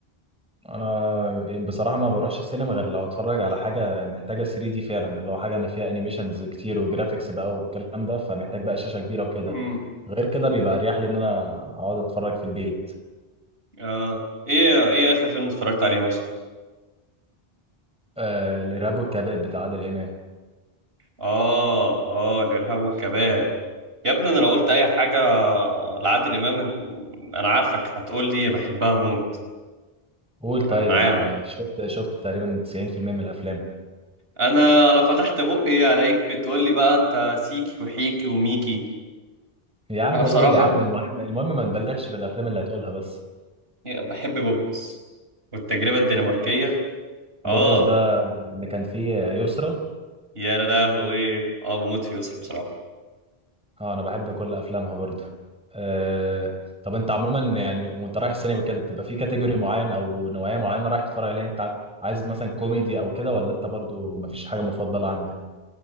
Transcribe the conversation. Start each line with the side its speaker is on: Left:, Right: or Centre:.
Centre: انا بصراحه ما بروحش السينما غير لو اتفرج على حاجه محتاجه 3 دي فعلا اللي هو حاجه ما فيها انيميشنز كتير وجرافيكس بقى والكلام ده فمحتاج بقى شاشه كبيره وكده
Right: امم
Centre: غير كده بيبقى اريح لي ان انا اقعد اتفرج في البيت
Right: اه ايه ايه اخر فيلم اتفرجت عليه مثلا
Centre: آه الارهاب والكباب بتاع عادل امام
Right: اه اه الارهاب والكباب يا ابني انا لو قلت اي حاجه لعادل امام انت- انا عارفك هتقول لي بحبها موت
Centre: قول
Right: انا
Centre: طيب
Right: انا عارف
Centre: انا شفت شفت تقريبا 90% من الافلام
Right: انا لو فتحت بقي الاقيك بتقول لي بقى انت سيكي وحيكي وميكي
Centre: يا عم
Right: انا بصراحه
Centre: قول يا عم المهم المهم ما تبالغش في الافلام اللي هتقولها بس
Right: بحب بوبس والتجربه الدنماركيه
Centre: بوبوس
Right: اه
Centre: بوبوس ده اللي كان فيه يسرا
Right: يا لهوي اه بموت فيه يسرا بصراحه
Centre: اه انا بحب كل افلامها برضو آه طب انت عموما يعني وانت رايح السينما كده بتبقى في كاتيجوري معين او نوعية معينة رايح تتفرج عليها انت عايز مثلا كوميدي او كده ولا انت برضو مفيش حاجة مفضلة عندك